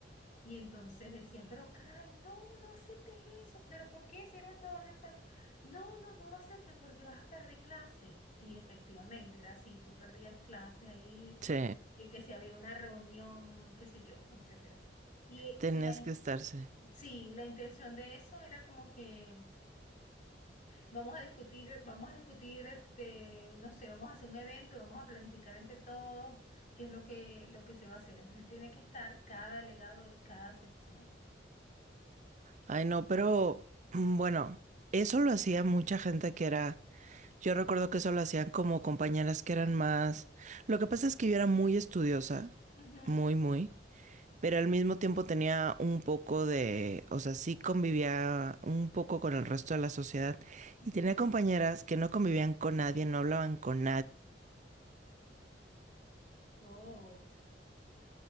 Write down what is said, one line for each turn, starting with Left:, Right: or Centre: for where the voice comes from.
Left: Y entonces decían, pero Kai, no, no aceptes eso. ¿Pero por qué si eres el mejor del salón? No, no, no lo aceptes porque vas a perder clase. Y efectivamente era así, tú perdías clase ahí,
Right: sí,
Left: y que si había una reunión, qué sé yo, etcétera. Y
Right: tenías
Left: la, in-
Right: que estarse.
Left: sí, la intención de eso era como que vamos a discutir, vamos a discutir, este, no sé, vamos a hacer un evento, y vamos a planificar entre todos qué es lo que, lo que se va a hacer. Entonces tiene que estar cada delegado de cada sección.
Right: Ay, no, pero mm, bueno, eso lo hacía mucha gente que era, yo recuerdo que eso lo hacían como compañeras que eran más, lo que pasa es que yo era muy estudiosa,
Left: Ujú.
Right: muy, muy, pero al mismo tiempo tenía un poco de, o sea, sí convivía un poco con el resto de la sociedad
Left: Ok.
Right: y tenía compañeras que no convivían con nadie, no hablaban con
Left: Oh,